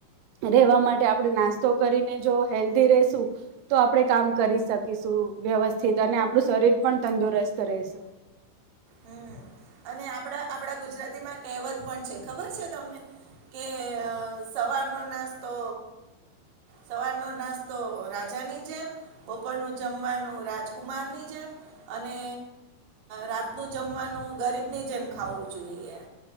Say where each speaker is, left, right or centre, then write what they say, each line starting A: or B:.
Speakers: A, on the right; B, on the right.
A: રહેવા માટે આપડે નાસ્તો કરીને જો હેલ્ધી રેશુ તો આપડે કામ કરી શકીશું. વ્યવસ્થિત અને આપણું શરીર પણ તંદુરસ્ત રહેશે.
B: હમ અને આપડા આપડા ગુજરાતીમાં કહેવત પણ છે ખબર છે તમને કે સવારનો નાસ્તો સવારનો નાસ્તો રાજાની જેમ બપો ઉપરનું જમવાનું રાજકુમારની જેમ અને રા નું જમવાનું ગરીબની જેમ ખાવું જોઈએ.